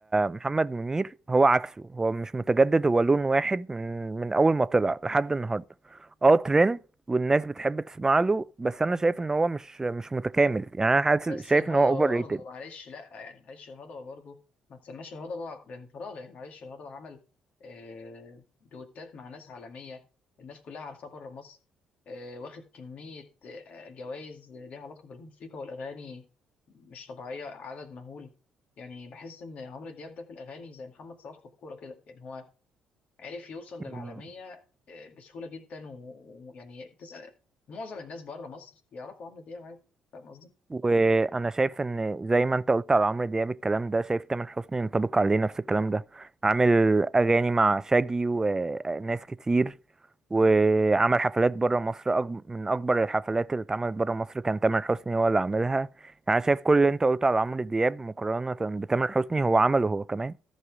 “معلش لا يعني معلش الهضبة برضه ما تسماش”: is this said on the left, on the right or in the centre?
Left